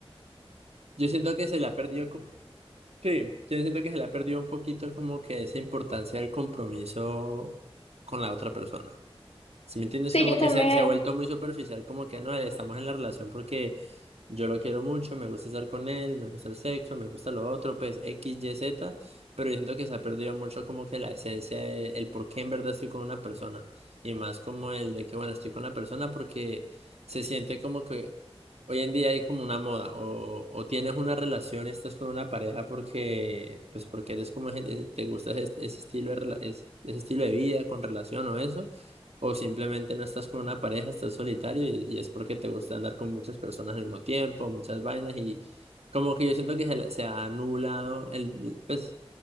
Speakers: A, on the right; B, on the left.
A: yo siento que se le ha perdido, co- sí, yo siento que se le ha perdido un poquito como que esa importancia del compromiso con la otra persona. Si me entiendes,
B: Sí,
A: como
B: yo
A: que
B: también,
A: se ha, se ha vuelto muy superficial, como que no, estamos en la relación porque yo lo quiero mucho, me gusta estar con él, me gusta el sexo, me gusta lo otro, pues X, Y, Z, pero yo siento que se ha perdido mucho como que la esencia, de- el, por qué en verdad estoy con una persona, y más como el de que, bueno, estoy con la persona porque se siente como que hoy en día hay como una moda, o, o tienes una relación, estás con una pareja porque, pues porque eres como, ese- ese- te gusta ese, ese estilo de, rela- es- ese estilo de vida con relación o eso. O simplemente no estás con una pareja, estás solitario y, y es porque te gusta andar con muchas personas al mismo tiempo, muchas vainas y como que yo siento que se, le- se ha anulado el, pues,